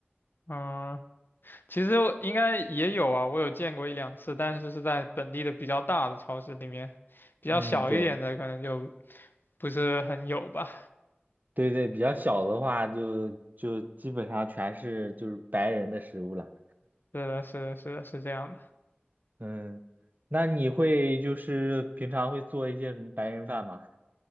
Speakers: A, on the left; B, on the right.
A: 嗯，其实我应该也有啊，我有见过一两次，但是是在本地的比较大的超市里面，比较小一点的可能就
B: 嗯，对
A: 不是很有吧。
B: 对对，比较小的话就就基本上全是就是白人的食物了。
A: 是的，是的，是的，是这样的。
B: 嗯，那你会就是平常会做一些什么白人饭吗？